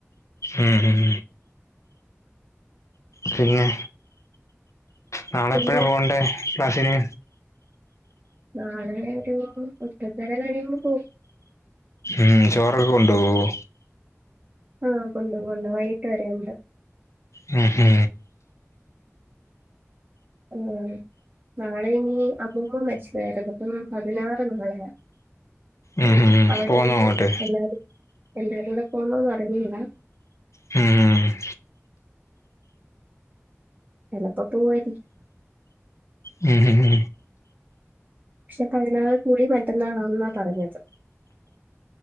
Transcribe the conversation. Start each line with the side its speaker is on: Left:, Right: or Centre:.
Left: ഉം ഉം പിന്നെ നാളെ
Right: പിന്നെ
Left: എപ്പഴാ പോവണ്ടേ? ക്ലാസിന്
Right: നാളെ ഒരു എട്ട് എട്ടര കഴിയുമ്പോ പോകും
Left: ഉം ചോറൊക്കെ കൊണ്ടുപോകോ?
Right: ആഹ് കൊണ്ടോവും കൊണ്ടോവും വൈകിട്ട് വരെ ഉണ്ട്.
Left: മ് മ്
Right: ആ നാളെ ഇനി അമ്മൂമ മരിച്ചതായിരുന്നു അപ്പം പതിനാറ് നാളെ അപ്പം.
Left: ഉം ഉം ഉം.
Right: അവിടെന്നു
Left: പോന്നോ അങ്ങോട്ട്
Right: എല്ലാരും എല്ലാരുടെ പോണോന്ന് അറിഞ്ഞുട
Left: മ് മ്
Right: ചിലപ്പോ പോവയിരിക്കും
Left: മ് മ് മ്
Right: പക്ഷെ പതിനാറ് കുളി മറ്റന്നാണ്ന്നാ പറഞ്ഞത്